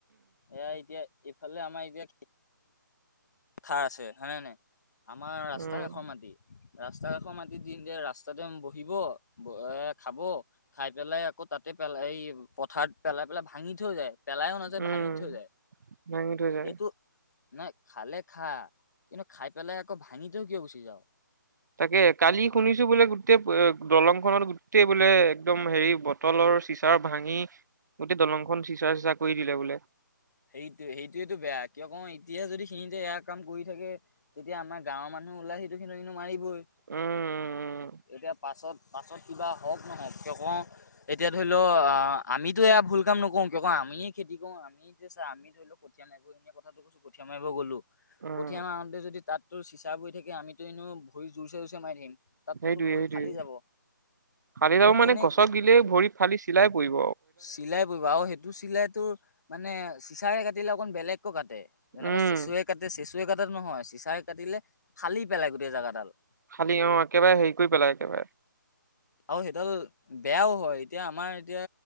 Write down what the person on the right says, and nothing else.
উম
উম
ভাঙি থৈ যায়
তাকে কালি শুনিছো বোলে গোটেই দলংখনত গোটেই বোলে একদম হেৰি বটলৰ চিচাৰ ভাঙি গোটেই দলংখন চিচা, চিচা কৰি দিলে বোলে
উম
উম
সেইটোয়ে
সেইটোয়ে
ফালি যাব
মানে গছক দিলেই ভৰি ফালি চিলাই পৰিব
উম
ফালি অ একেবাৰে হেৰি কৰি পেলাই একেবাৰে